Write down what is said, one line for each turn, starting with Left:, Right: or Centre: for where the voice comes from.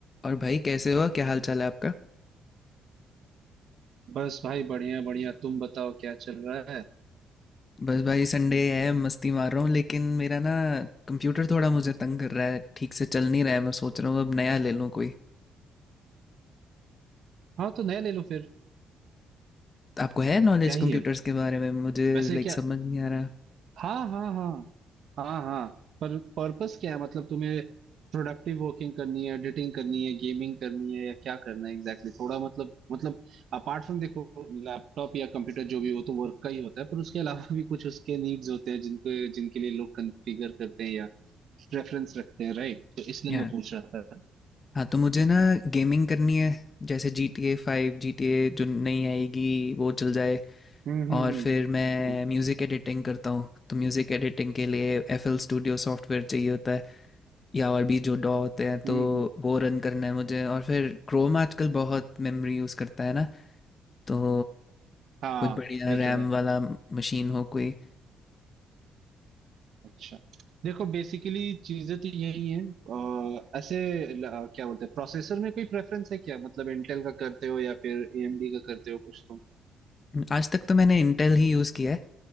Left: और भाई कैसे हो क्या हाल चाल है आपका
Right: बस भाई बढ़िया बढ़िया तुम बताओ क्या चल रहा है
Left: बस भाई संडे है मस्ती मार रहा हूँ लेकिन मेरा ना कंप्यूटर थोड़ा मुझे तंग कर रहा है ठीक से चल नहीं रहा है मैं सोच रहा हूँ अब नया ले लूँ कोई
Right: हाँ तो नया ले लो फिर
Left: आपको है नॉलेज
Right: क्या ही
Left: कंप्यूटर्स
Right: है
Left: के बारे में मुझे
Right: वैसे
Left: लाइक
Right: क्या
Left: समझ नहीं आ रहा
Right: हाँ हाँ हाँ हाँ हाँ पर पर्पस क्या है मतलब तुम्हें प्रोडक्टिव वर्किंग करनी है एडिटिंग करनी है गेमिंग करनी है या क्या करना है एग्जैक्टली exactly? थोड़ा मतलब मतलब अपार्ट फ्रॉम देखो लैपटॉप या कंप्यूटर जो भी हो तो वर्क का ही होता है पर उसके अलावा भी कुछ उसके नीड्स होते हैं जिनको जिनके लिए लोग कॉन्फ़िगर करते हैं या रेफरेंस रखते हैं राइट तो इसलिए
Left: या
Right: मैं पूछ रहा था
Left: हाँ तो मुझे ना गेमिंग करनी है जैसे जी टी ए फाइव जी टी ए जो नई आएगी वो चल जाए
Right: हम्म हम्म
Left: और
Right: हम्म
Left: फिर मैं
Right: हम्म
Left: म्यूज़िक एडिटिंग करता हूँ तो म्यूज़िक एडिटिंग के लिए एफ एल स्टूडियो सॉफ्टवेयर चाहिए होता या और भी जो डॉ होते हैं
Right: हम्म
Left: तो
Right: हम्म।
Left: वो रन करना है मुझे और फिर क्रोम आजकल बहुत मेमोरी यूज़ करता है ना तो
Right: हाँ
Left: कोई बढ़िया
Right: ये
Left: रैम
Right: तो है
Left: वाला मशीन हो कोई
Right: अच्छा देखो बेसिकली चीजें तो यही हैं अ, ऐसे ल- अ, क्या बोलते हैं प्रोसेसर में कोई प्रेफरेंस है क्या मतलब इंटेल का करते हो या फिर एएमडी का करते हो कुछ तो
Left: आज तक तो मैंने इंटेल ही यूज़ किया है